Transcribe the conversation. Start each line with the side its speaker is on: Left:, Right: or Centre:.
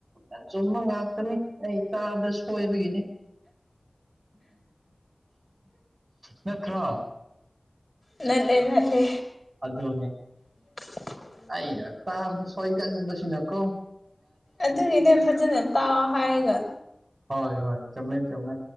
Right: ꯑꯆꯨꯝꯕ ꯉꯥꯛꯇꯅꯤ ꯑꯩ ꯇꯥꯕꯗ ꯁꯣꯏꯕꯒꯤꯅꯤ ꯅꯠꯇ꯭ꯔ
Left: ꯉꯅꯥꯠꯂꯦ ꯉꯅꯥꯠꯂꯦ
Right: ꯑꯗꯨꯅꯦ
Left: <inaudible>
Right: ꯑꯩꯅ ꯇꯥꯕꯗ ꯁꯣꯏꯒꯟꯕ ꯁꯤꯅ ꯀꯣ
Left: ꯑꯗꯨꯒꯤꯅꯦ ꯐꯖꯅ ꯇꯥꯎ ꯍꯥꯏꯔꯒ
Right: ꯍꯣꯏ ꯍꯣꯏ ꯆꯨꯝꯃꯦ ꯆꯨꯝꯃꯦ